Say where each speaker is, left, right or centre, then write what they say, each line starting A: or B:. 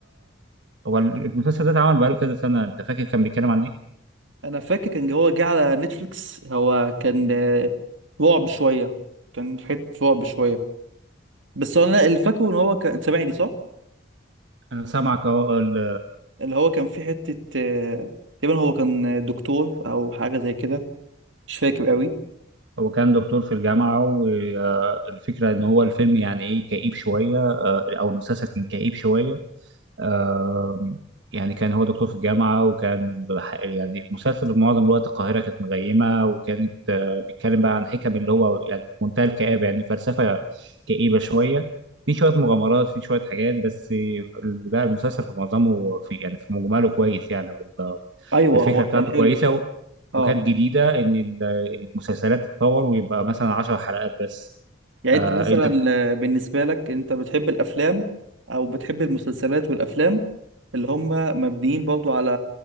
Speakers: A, on the right; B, on the right.
A: هو المسلسل ده اتعمل بقاله كذا سنة انت فاكر كان بيتكلم عن ايه؟
B: انا فاكر كان هو جه على نتفليكس هو كان آه، رعب شويه كان في حته رعب شويه بس انا اللي فاكره ان هو كان سامعني صح
A: انا سامعك اهو ال-
B: اللي هو كان في حته آه، تقريبا هو كان دكتور او حاجه زي كده مش فاكر قوي
A: هو كان دكتور في الجامعة والفكرة ان هو الفيلم يعني ايه كئيب شوية آه، او المسلسل كان كئيب شوية آه، يعني كان هو دكتور في الجامعة وكان الح- يعني المسلسل معظم الوقت القاهرة كانت مغيمة وكانت آه، بيتكلم بقى عن حكم اللي هو يعني في منتهى الكآبة يعني فلسفة كئيبة شوية في شوية مغامرات في شوية حاجات بس ال- لا المسلسل في معظمه في يعني في مجمله كويس يعني
B: ايوه
A: الفكره
B: هو كان
A: بتاعته
B: حلو
A: كويسه و...
B: اه
A: وكانت جديده ان ال- المسلسلات تتطور ويبقى مثلا 10 حلقات بس
B: يعني
A: آه
B: انت مثلا
A: انت بت-
B: آه، بالنسبة لك انت بتحب الافلام او بتحب المسلسلات والافلام اللي هم مبنيين برضو على